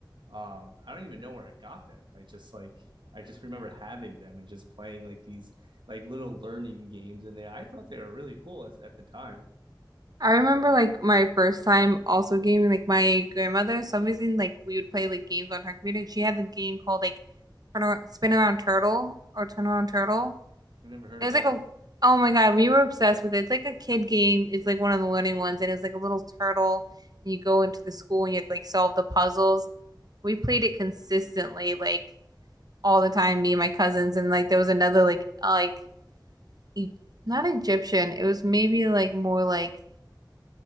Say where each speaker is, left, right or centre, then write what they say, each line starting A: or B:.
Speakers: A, on the right; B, on the right.
A: Um, I don't even know where I got them. I just like I just remember having them and just playing like these like little learning games, and they I thought they were really cool as, at the time.
B: I remember like my first time also gaming, like my grandmother, some reason like we would play like games on her computer. and She had the game called like Turn Ar- Spin Around Turtle or Turn Around Turtle.
A: I never heard
B: It
A: of
B: was
A: that.
B: like a oh my God, we were obsessed with it. It's like a kid game. It's like one of the learning ones, and it was like a little turtle, and you go into the school and you have to like solve the puzzles. We played it consistently, like all the time, me and my cousins, and like there was another like uh, like e- not Egyptian. It was maybe like more like